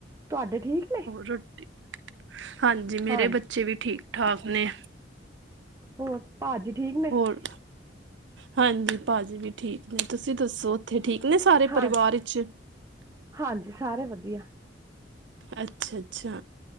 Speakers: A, on the right; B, on the right.
A: ਤੁਹਾਡੇ ਠੀਕ ਨੇ
B: ਰੋਟੀ ਹਾਂਜੀ ਮੇਰੇ
A: ਹਾਂ
B: ਬੱਚੇ ਵੀ ਠੀਕ ਠਾਕ ਨੇ।
A: ਹੋਰ ਭਾਜੀ ਠੀਕ ਨੇ।
B: ਹੋਰ ਹਾਂਜੀ ਭਾਜੀ ਵੀ ਠੀਕ ਨੇ ਤੁਸੀਂ ਦੱਸੋ ਉੱਥੇ ਠੀਕ ਨੇ ਸਾਰੇ
A: ਹਾਂ
B: ਪਰਿਵਾਰ ਇੱਚ।
A: ਹਾਂਜੀ ਸਾਰੇ ਵਧੀਆ।
B: ਅੱਛਾ ਅੱਛਾ